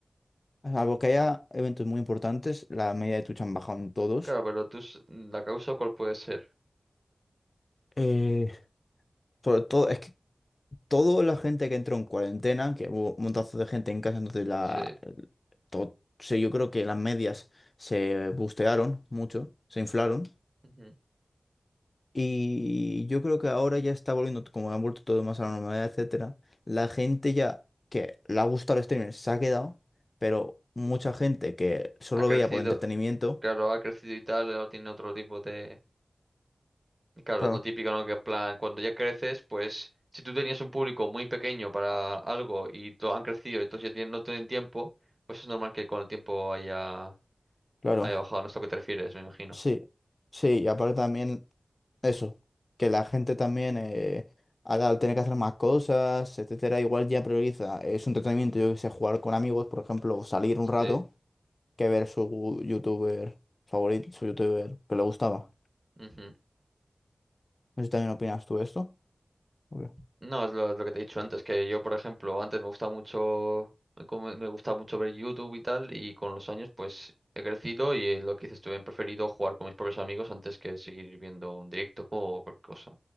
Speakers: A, on the left; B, on the right.
A: Salvo que haya eventos muy importantes, la media de Twitch han bajado en todos.
B: Claro, pero tú, s- la causa, ¿cuál puede ser?
A: Eh, sobre todo, es que toda la gente que entró en cuarentena, que hubo un montazo de gente en casa, entonces la,
B: Sí.
A: to- sí, yo creo que las medias se bustearon mucho, se inflaron.
B: Ujú.
A: Y yo creo que ahora ya está volviendo, como han vuelto todo más a la normalidad, etcétera. La gente ya que le ha gustado el streaming se ha quedado, pero mucha gente que solo
B: Ha crecido,
A: lo veía por entretenimiento.
B: claro, ha crecido y tal, ahora tiene otro tipo de. Claro,
A: Claro,
B: es lo típico, ¿no? Que en plan, cuando ya creces, pues si tú tenías un público muy pequeño para algo y to- han crecido y entonces ya tienen- no tienen tiempo, pues es normal que con el tiempo haya,
A: claro,
B: haya bajado. No es a lo que te refieres, me imagino.
A: sí, sí, y aparte también. Eso, que la gente también, eh, ahora al tener que hacer más cosas, etcétera, igual ya prioriza, es un entretenimiento, yo que sé, jugar con amigos, por ejemplo, o salir un rato,
B: Sí.
A: que ver su youtuber favorito, su youtuber que le gustaba.
B: Ujú.
A: No sé si también opinas tú de esto. Obvio.
B: No, es lo, lo que te he dicho antes, que yo, por ejemplo, antes me gustaba mucho, me come- me gustaba mucho ver YouTube y tal, y con los años, pues, he crecido y eh, lo que dices tú, he preferido jugar con mis propios amigos antes que seguir viendo un directo o cualquier cosa.